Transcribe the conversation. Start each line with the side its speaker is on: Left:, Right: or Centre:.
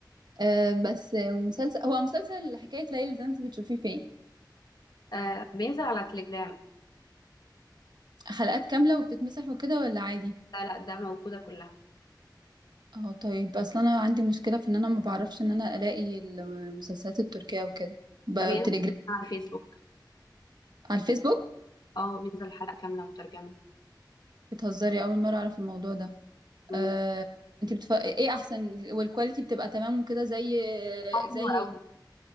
Right: أه بس مسلسل هو مسلسل حكاية ليلى ده انتي بتشوفيه فين
Left: آه بينزل على تليجرام
Right: حلقات كاملة وبتتمسح وكده ولا عادي
Left: لا لا ده موجوده كلها
Right: اه طيب اصلا انا عندي مشكلة في ان انا ما بعرفش ان انا الاقي المسلسلات التركية وكده بتليجرام
Left: وبينزل على فيسبوك
Right: على الفيسبوك
Left: اه بينزل حلقه كامله مترجمه
Right: بتهزري اول مرة اعرف الموضوع ده
Left: امم
Right: أه انتي بتف... ايه احسن والكواليتي بتبقى تمام وكده زي
Left: آه،
Right: زي
Left: حلو قوي